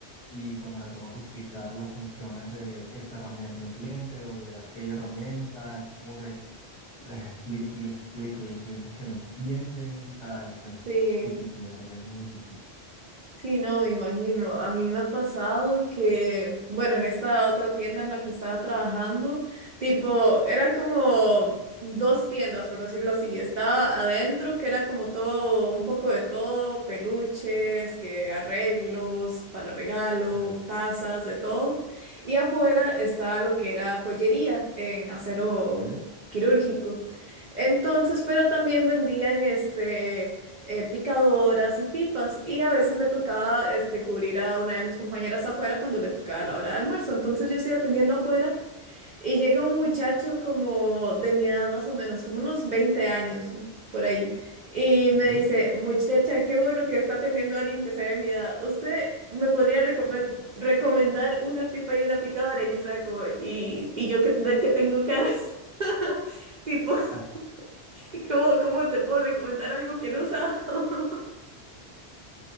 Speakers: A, on the left; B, on the right.
A: y cuando le tengo que explicar las funciones de esta herramienta a un cliente o de aquella herramienta, es como que les explico y les explico y hay clientes que no entienden, ¿sabes? Es
B: Sí.
A: difícil, la verdad que es muy difícil.
B: Sí, no, me imagino. A mí me ha pasado que, bueno, en esta otra tienda en la que estaba trabajando, tipo, era como dos tiendas, por decirlo así. Estaba adentro, que era como todo, un poco de todo, peluches, que arreglos para regalo,
A: Ok,
B: tazas, de todo. Y afuera estaba lo que era joyería en acero
A: ok,
B: quirúrgico. Entonces, pero también vendían este eh, picadoras y pipas y a veces me tocaba este cubrir a una de mis compañeras afuera cuando le tocaba la hora de almuerzo. Entonces yo estoy atendiendo afuera y llega un muchacho como de mi edad más o menos, como unos 20 años por ahí y
A: ok.
B: me dice, "Muchacha, qué bueno que está atendiendo a alguien que sea de mi edad. ¿Usted me podría recome- recomendar una pipa y una picadora?" Y yo estaba como, "¿Y, y yo qué, de qué tengo caras?" <laughs> Tipo
A: <laughs>
B: <laughs> ¿Cómo, cómo te puedo recomendar algo que no he usado? <laughs>